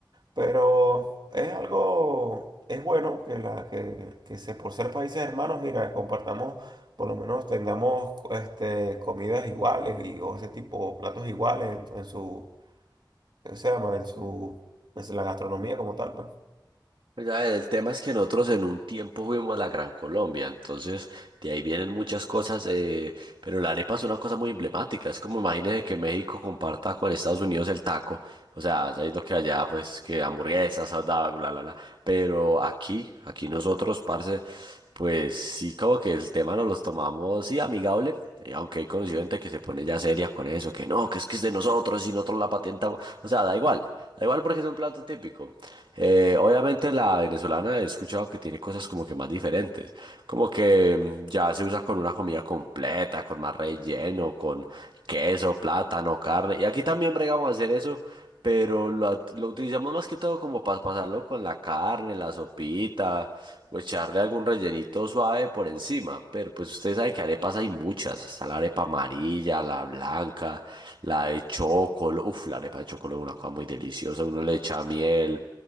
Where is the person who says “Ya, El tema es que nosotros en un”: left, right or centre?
Right